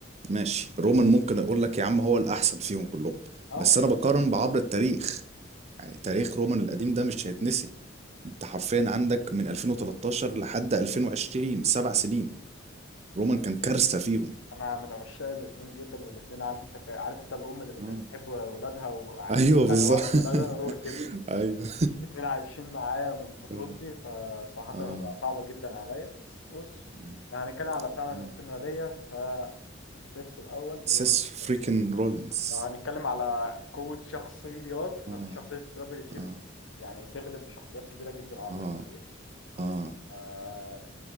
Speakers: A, on the right (about 35°); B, on the left (about 80°).
A: ماشي رومان ممكن اقول لك يا عم هو الأحسن فيهم كلهم
B: آه.
A: بس انا بقارن بعبر التاريخ يعني تاريخ رومان القديم ده مش هيتنسي انت حرفيا عندك من 2013 لحد 2020 سبع سنين رومان كان كارثة فيهم
B: انا من عشاق الاتنين جدا والاتنين عارف انت عارف انت الام اللي بتحب
A: اه
B: ولادها وعايز
A: ايوه
B: خيرها
A: بالظبط
B: بين
A: <laughs>
B: ولادها هو كده
A: ايوه
B: الاتنين عايشين معايا من طفولتي
A: اه
B: فصراحة
A: اه
B: هتبقى صعبة جدا عليا بس بص
A: مم.
B: لو هنتكلم على فعلا
A: اه
B: استمرارية فسيس الأول
A: سيس
B: رومان
A: فريكن
B: الثاني
A: رولينز
B: لو هنتكلم على قوة شخصيات فشخصية
A: اه اه
B: ترابل تشيف
A: اه
B: يعني تغلب شخصيات كبيرة جدا عبر
A: اه
B: التاريخ
A: اه
B: آه